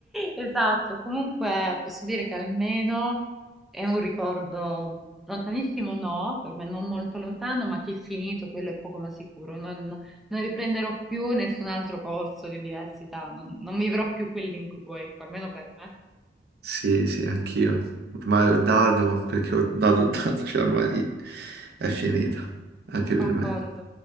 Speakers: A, in the centre; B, on the right.
A: Esatto, comunque posso dire che almeno è un ricordo lontanissimo, no, per me non molto lontano, ma che è finito, quello è poco ma sicuro. Non, non riprenderò più nessun altro corso di università, non, non vivrò più quell'incubo, ecco, almeno per me.
B: Sì, sì, anch'io. Ormai ho dato quel che ho dato, ho dato, cioè ormai è finita, anche per
A: Concordo.
B: me.